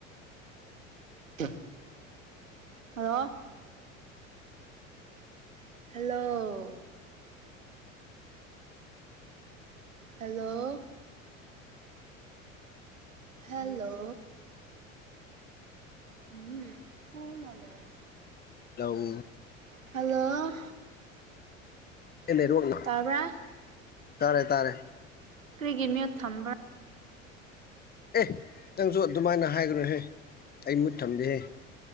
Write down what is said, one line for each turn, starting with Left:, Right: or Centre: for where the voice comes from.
Right: <unintelligible> ꯍꯜꯂꯣ ꯍꯜꯂꯣ ꯍꯦꯜꯂꯣ ꯍꯦꯂꯣ <unintelligible> <unintelligible>
Left: ꯂꯧ
Right: ꯍꯜꯂꯣ
Left: ꯅꯦꯠ ꯋꯥꯛꯅ
Right: ꯇꯥꯕ꯭ꯔꯥ
Left: ꯇꯔꯦ ꯇꯥꯔꯦ
Right: ꯀ꯭ꯔꯤꯒꯤ ꯃꯤꯎꯠ ꯊꯝꯝꯕ꯭ꯔ
Left: ꯑꯦ ꯅꯪꯁꯨ ꯑꯗꯨꯃꯥꯏꯅ ꯍꯥꯏꯒꯅꯨꯍꯦ ꯑꯩ ꯃꯨꯠ ꯊꯝꯗꯦꯍꯦ